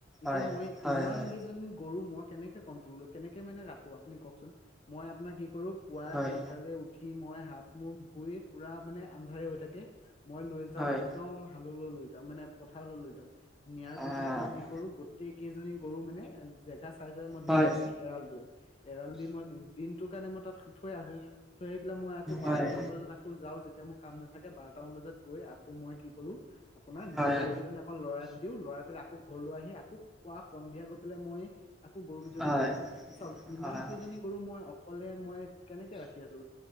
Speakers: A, in the centre; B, on the left.
A: হয়,
B: এতিয়া মই
A: হয়,
B: ইমান
A: হয়।
B: কেইজনী গৰু মই কেনেকে কন্তল কেনেকে মানে ৰাখো আপুনি কওকচোন মই আপোনাক কৰো পুৱাই
A: হয়,
B: সোনকালে উঠি মই হাত মুখ ধুই পুৰা মানে আন্ধাৰে হৈ থাকে মই লৈ যাওঁ
A: হয়,
B: একদম হাললৈ লৈ যাওঁ। মানে, পথাৰলৈ লৈ যাওঁ নিয়াৰ
A: অ',
B: পিছত মই কি কৰো গোটেই কেইজনী কৰো মানে জেগা চাই চাই মই ধুনীয়াকে
A: হয়,
B: এৰাল দিওঁ এৰাল দিও দিনটো কাৰণে মই তাত থৈ আহোঁ। থৈ আহি পেলাই মই আকৌ বাৰটামান
A: হয়।
B: বজাত আকৌ যাওঁ যেতিয়া মোৰ কাম নাথাকে বাৰটামান বজাত গৈ আকৌ মই কি কৰো আপোনাৰ
A: হয়,
B: গৰু কেইজনী অকল লৰাই লৰাই পেলাই আকৌ ঘৰলৈ আহি আকৌ পোৱা সন্ধিয়া গৈ পেলাই মই আকৌ গৰু কেইজনী
A: হয়,
B: লৈ
A: হয়,
B: আহো চাওক ইমান
A: হয়,
B: কেইজনী গৰু মই অকলে মই কেনেকে ৰাখি আছো?